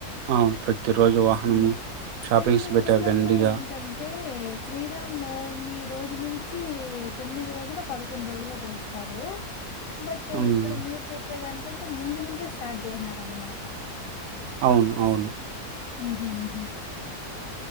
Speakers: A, on the right (about 70°); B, on the left (about 65°).
A: అవును ప్రతిరోజు వాహనము
B: హ్మ్
A: షాపింగ్స్
B: కొన్ని
A: పెట్టారు
B: ఊర్లలో
A: దండిగా
B: ఏంటంటే శ్రీరామ నవమి రోజు నుంచి తొమ్మిది రోజులో పదకొండు రోజుల్లో చేస్తారు బట్
A: ఉమ్,
B: ఇక్కడ మీరు చెప్పేదాని ఎంటే ముందు నుంచే స్టార్ట్ చేసినారనమాట
A: అవును అవును
B: హుమ్మ్ హుమ్మ్